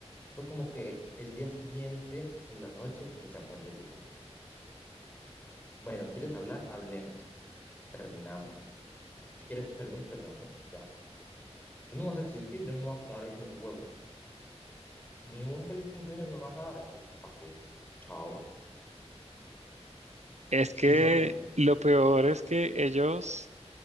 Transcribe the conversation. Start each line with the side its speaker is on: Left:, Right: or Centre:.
Left: fue como que el día siguiente, en la noche, me llamó. Yo tipo, bueno, ¿quieres hablar? Hablemos. Terminamos. Si quieres terminar, terminamos. Ya. Tú no vas a existir, yo no me voy a quedar ahí como un huevo. Ni un feliz cumpleaños me vas a dar, entonces, ¿para qué? Chao.
Right: Es
Left: Sí,
Right: que
Left: yo horrible.
Right: lo peor es que ellos,